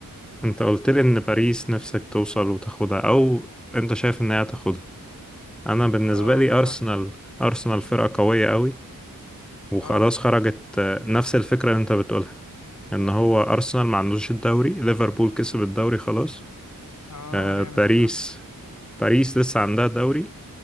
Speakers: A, in the centre; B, on the left.
A: انت قلت لي ان باريس نفسك توصل وتاخدها او انت شايف ان هي تاخدها انا بالنسبة
B: اه
A: لي
B: بصراحه
A: ارسنال ارسنال فرقة قوية قوي وخلاص
B: اه
A: خرجت آه، نفس الفكرة اللي انت بتقولها ان هو ارسنال ما عندوش الدوري ليفربول كسب الدوري خلاص
B: اه
A: آه،
B: جامد
A: باريس
B: بصراحه
A: باريس لسه عندها دوري